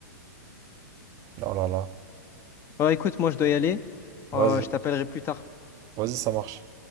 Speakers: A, on the right; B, on the left.
A: Oh là là.
B: Bon, écoute, moi je dois y aller.
A: Vas-y,
B: Euh, je t'appellerai plus tard.
A: vas-y, ça marche.